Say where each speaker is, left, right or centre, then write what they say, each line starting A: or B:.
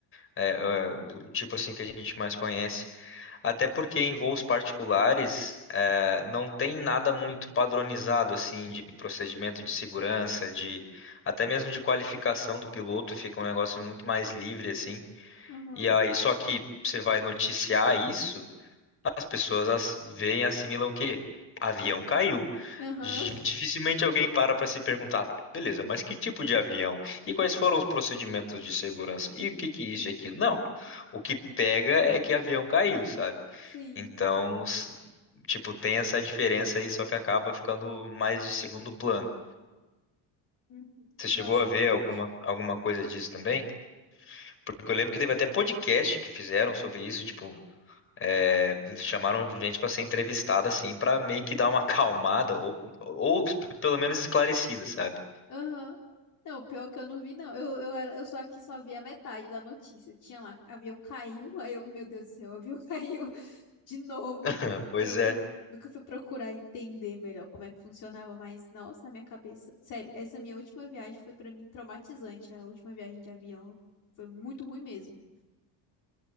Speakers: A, on the left (about 30°); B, on the left (about 45°).
A: é, é, o tipo assim que a gente mais conhece. Até porque em voos particulares, eh, não tem nada muito padronizado assim de procedimento de segurança, de até mesmo de qualificação do piloto, fica um negócio muito mais livre assim.
B: Aham.
A: E aí, só que você vai noticiar isso, as pessoas as, veem, assimilam o quê? Avião caiu.
B: Aham.
A: Di- Dificilmente alguém para para se perguntar, beleza, mas que tipo de avião? E quais foram os procedimentos de segurança? E o que que isso e aquilo?
B: <laughs>
A: Não, o que pega é que avião caiu, sabe?
B: Sim.
A: Então, s- tipo, tem essa diferença aí, só que acaba ficando mais de segundo plano.
B: Uhum.
A: Você
B: Nossa,
A: chegou a
B: é
A: ver
B: verdade.
A: alguma, alguma coisa disso também? Porque eu lembro
B: Não,
A: que teve até podcast que fizeram sobre isso, tipo, é, chamaram gente pra ser entrevistada assim, pra meio que dar uma <laughs> acalmada ou, ou pelo menos esclarecida, sabe?
B: Aham. Não, pior é que eu não vi, não. Eu, eu, era, eu só aqui só vi a metade da notícia. Eu tinha lá, avião caiu. Aí eu, meu Deus do céu, avião <laughs> caiu. de novo.
A: <laughs> Pois
B: Eu
A: é.
B: não, nunca fui procurar entender melhor como é que funcionava, mas nossa, na minha cabeça. Sério, essa minha última viagem foi pra mim traumatizante. A última viagem de avião foi muito ruim mesmo.